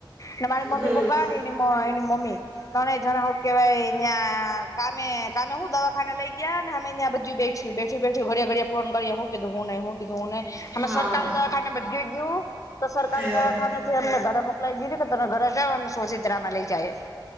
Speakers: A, on the left; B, on the right.
A: ને મારી
B: હમ
A: મમ્મી પપ્પા એ મા એની મમ્મી. તને જણાવ કે ભાઈ અહં કામે કામે હું દવાખાના લઈ ગયા. ને અમે અહં બધી બેઠ બેઠી બેઠી ઘિયા ઘડી ફોન કરીયા હોધુંને હો કધું ને
B: હા
A: હમે સરકારી દવાખાને બધું ગયું તો સરકારી
B: હે
A: દવાખાને. એમને ઘરે મોકલાવી દીધું કે તમે ઘરે જાવ અને શોષિત્રમાં લઈ જાય.